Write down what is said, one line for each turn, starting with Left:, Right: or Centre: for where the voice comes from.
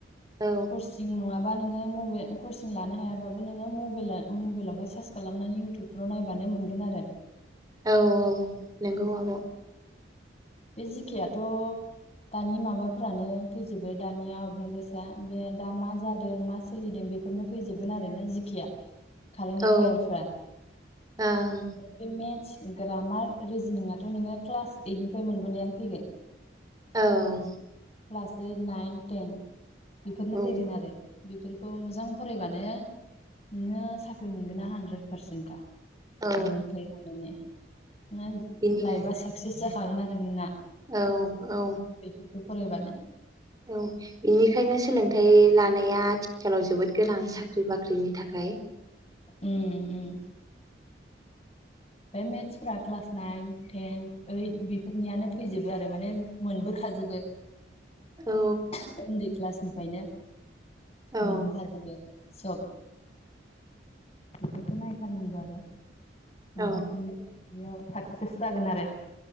Right: औ
Left: कचिं नङा बा नोंङो मबे कचिं लानो हायाबाबो नोङो मबेला- मबाइलावहाय सार्च खालामनानै उटुबफ्राव नायबानो मोनगोन आरो।
Right: औ औ नोंगौ आब'।
Left: बे जि के याथ' दानि माबाफ्रानो फैजोबो दानि आउट नलेजआ बे दा मा जादों मा सोलिदों बेफोरनो फैजोबगोन आरोना जि खेआ। कारेन्ट एफायारफ्रा
Right: औ ओं
Left: बे मेत्स ग्रामार रिजिनिंयाथ' नोङो क्लास ओइटनि बे मोनबोनायानो फैगोन।
Right: औ।
Left: Class eight nine ten. बिफोरनो
Right: औ
Left: फैगोन आरो। बेफोरखौ मोजां फरायबानो नोङो साख्रि मोनगोनना हानद्रेद पारसेन्टखा।
Right: औ
Left: जों थायबानो ने। नाइफ
Right: बिनि
Left: लाइफा साक्सेस जाखागोन आरो नोंना।
Right: औ औ।
Left: बेफोरखौ फरायबानो।
Right: औ बेनिखायनो सोलोंथाइ लानाया आथिखालाव जोबोद गोनां साख्रि बाख्रिनि थाखाय।
Left: उम उम। बे मेथ्सफ्रा क्लास नाइन टेन ओइट बेफोरनियानो फैजोबो आरो माने मोनबोखाजोबो। <unintelligible>
Right: औ
Left: ओनदै क्लास निफायनो
Right: औ
Left: मोनबोखाजोबो। सब बेफोरखौ नायथारनांगौ आरो।
Right: औ
Left: बा बिदियाव साक्सेस जागोन आरो